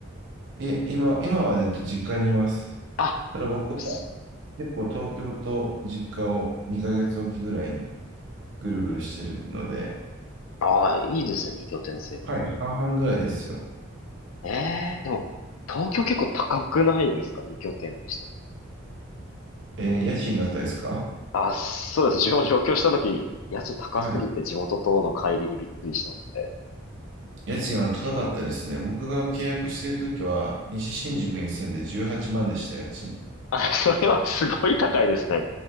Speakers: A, on the right (about 65°); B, on the left (about 80°).
A: いえ、今、今は、えっと、実家にいます。
B: あ、
A: ただ僕は
B: す
A: 結構東京と実家を2ヶ月おきぐらいにぐるぐるしてるので、
B: ああ、いいですね、二拠点生活。
A: はい、半々ぐらいですよ。
B: ええでも、東京結構高くないですか二拠点にして。
A: えー家賃があったですか
B: あ、そうですね。自分も上京した時に、家賃高すぎて地元との乖離にびっくりしたので。
A: はい。家賃は高かったですね。僕が契約しているときは、西新宿に住んで18万でした、家賃。
B: <laughs> あ、それはすごい高いですね。